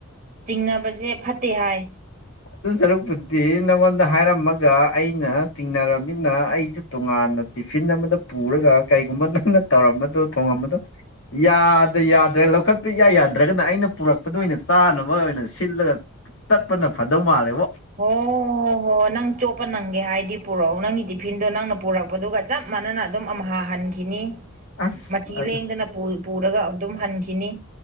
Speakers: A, on the right (about 35°); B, on the left (about 60°).
A: ꯆꯤꯡꯅꯕꯖꯦ ꯐꯠꯇꯦ ꯍꯥꯏ
B: ꯑꯗꯨ ꯁꯔꯨꯛꯄꯨꯗꯤ ꯅꯪꯉꯣꯟꯗ ꯍꯥꯏꯔꯝꯃꯒ ꯑꯩꯅ ꯇꯤꯡꯅꯔꯕꯅꯤꯅ ꯑꯩꯁꯨ ꯇꯣꯉꯥꯟꯅ ꯇꯤꯐꯤꯟ ꯑꯃꯗ ꯄꯨꯔꯒ ꯀꯩꯒꯨꯝꯕ ꯅꯪꯅ ꯇꯧꯔꯝꯕꯗꯣ ꯊꯣꯡꯉꯝꯕꯗꯣ ꯌꯥꯗ ꯌꯥꯗ꯭ꯔꯦ ꯂꯧꯈꯠꯄ ꯏꯌꯥ ꯌꯥꯗ꯭ꯔꯒꯅ ꯑꯩꯅ ꯄꯨꯔꯛꯄꯗꯨ ꯑꯣꯏꯅ ꯆꯥꯅꯕ ꯑꯣꯏꯅ ꯁꯤꯜꯂꯒ ꯇꯠꯄꯅ ꯐꯗꯧ ꯃꯥꯜꯂꯦꯕꯣ
A: ꯍꯣ ꯍꯣ ꯍꯣ ꯅꯪ ꯆꯣꯞꯄ ꯅꯪꯒꯦ ꯍꯥꯏꯗꯤ ꯄꯨꯔꯛꯑꯣ ꯅꯪꯒꯤ ꯇꯤꯐꯤꯟꯗꯣ ꯅꯪꯅ ꯄꯨꯔꯛꯄꯗꯨꯒ ꯆꯞ ꯃꯥꯟꯅꯅ ꯑꯗꯨꯝ ꯑꯝꯍꯥ ꯍꯟꯈꯤꯅꯤ
B: ꯑꯁ
A: ꯃꯆꯤ
B: ꯑꯗꯨ
A: ꯂꯦꯡꯗꯅ ꯄꯨꯏ ꯄꯨꯔꯒ ꯑꯗꯨꯝ ꯍꯟꯈꯤꯅꯤ